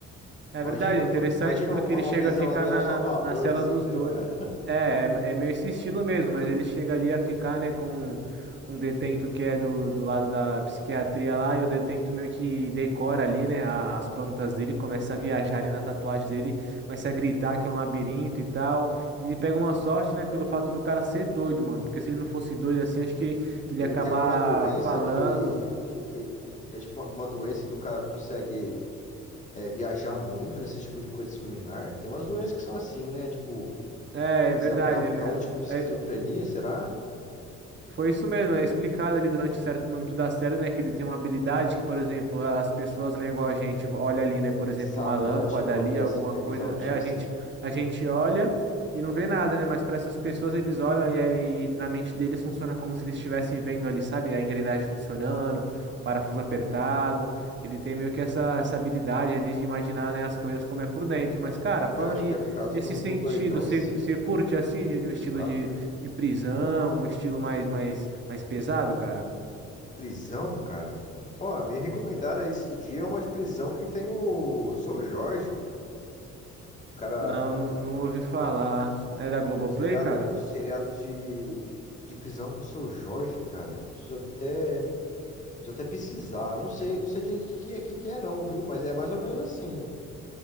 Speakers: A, on the right (about 40°); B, on the left (about 25°).
A: É
B: Imagina,
A: verdade, é interessante
B: ma- imagina
A: porque
B: uma,
A: ele
B: uma
A: chega
B: prisão
A: a ficar
B: lá de El
A: na,
B: Salvador,
A: na cela
B: assim,
A: dos
B: né,
A: dois.
B: cara?
A: É, é, é meio esse estilo mesmo, mas ele chega ali a ficar, né, com com um detento que é do, do lado da psiquiatria lá, e o detento meio que decora ali, né, a- as plantas dele, começa a viajar ali na tatuagem dele, começa a gritar que é um labirinto e tal. E ele pega uma sorte, né, pelo fato do cara ser doido, mano, porque se ele não fosse doido assim, acho que ele
B: Ele
A: ia acabar
B: tem alguma doença
A: falando.
B: que, que, que é tipo uma uma doença que o cara consegue é, viajar muito nesse tipo de coisa subliminar? Tem umas doenças que são assim, né? Tipo,
A: É, é
B: se
A: verdade.
B: é, é um é um tipo de esquizofrenia,
A: é- é-
B: será?
A: Foi isso mesmo, é explicado ali durante certo momento da série, né, que ele tem uma habilidade que, por exemplo, as pessoas, né, igual a gente olha ali, né, por exemplo,
B: Savante,
A: uma lâmpada
B: alguma
A: ali,
B: coisa
A: alguma
B: assim, né?
A: coisa,
B: Aqueles autistas.
A: é a gente a gente olha e não vê nada, né, mas para essas pessoas eles olham e, aí na mente deles funciona como se eles estivessem vendo ali, sabe, a engrenagem funcionando, o parafuso apertado. Ele tem meio que essa essa habilidade ali de imaginar, né, as coisas como é por dentro. Mas cara, falando
B: Eu acho
A: em,
B: que é por causa
A: nesse
B: de um,
A: sentido,
B: de um doidão
A: você
B: assim,
A: você curte assim, no
B: abstrato,
A: estilo
B: né?
A: de prisão, um estilo mais, mais, mais pesado, cara?
B: Prisão, cara. Ó, me recomendaram esses dias uma de prisão que tem o, o seu Jorge, o cara
A: Não, não, não ouvi falar. É da Globoplay,
B: O seriado,
A: cara?
B: o seriado de, de prisão com o seu Jorge, cara. Preciso até, preciso até pesquisar. Não sei, não sei direito o que, que, é, que que é não, viu? Mas é mais ou menos assim.